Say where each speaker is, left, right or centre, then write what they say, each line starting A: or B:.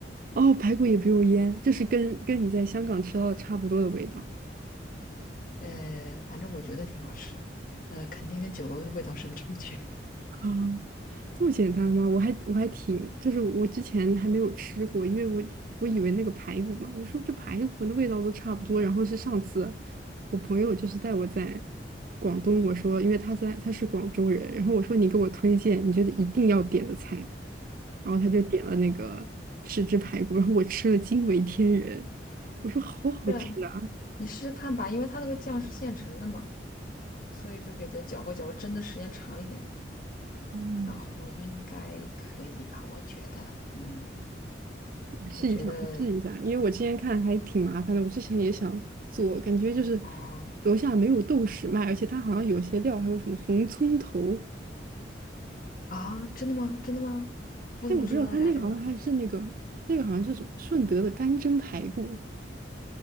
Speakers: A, on the right; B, on the left.
A: 哦，排骨也不用腌，这是跟跟你在香港吃到的差不多的味道
B: 呃，反正我觉得挺好吃的，呃，肯定跟酒楼的味道是有差距。
A: 啊，这么简单吗？我还我还挺，就是我之前还没有吃过，因为我我以为那个排骨嘛，我说这排骨的味道都差不多。然后是上次我朋友就是带我在广东，我说因为他在他是广州人，然后我说你给我推荐你觉得一定要点的菜，然后他就点了那个豉汁排骨，然后我吃了惊为天人，我说好好吃啊！
B: 不然你试试看吧，因为它那个酱是现成的嘛，所以就给它搅和搅和，蒸的时间长一点，
A: 嗯，
B: 然后应该可以吧？我觉得，嗯，
A: 我试一下，
B: 我觉得，
A: 我试一下，因为我之前看还挺麻烦的，我之前也想做，感觉就是
B: 哦，
A: 楼下没有豆豉卖，而且它好像有些料还有什么红葱头，
B: 啊，真的吗？真的吗？我怎么不知道加这个？
A: 但我不知道它那个好像还是那个那个好像是什么顺德的干蒸排骨，